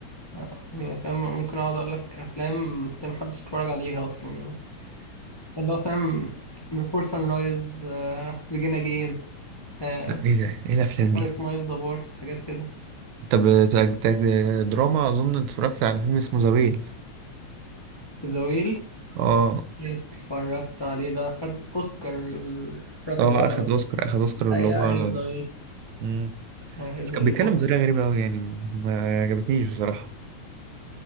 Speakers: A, on the left (about 20°); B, on the right (about 80°).
A: آه، يعني فاهم ممكن أقعد أقول لك أفلام أنت محدش اتفرج عليها أصلا اللي هو فاهم Before Sunrise آه Begin Again آه
B: لا ايه ده ايه الافلام
A: Five
B: دي
A: Miles Apart حاجات كده
B: طب تاك- تاك- دراما اظن اتفرجت على فيلم اسمه ذا ويل
A: The Whale
B: اه
A: اتفرجت عليه ده خد اوسكار الراجل
B: اه
A: اللي عمله
B: اخد
A: ده
B: اوسكار اخد اوسكار
A: هي
B: اللي هو
A: عارف زويل
B: مم.
A: عارف زويل
B: بس كان بيتكلم
A: هو
B: بطريقه غريبه قوي يعني ما عجبتنيش بصراحه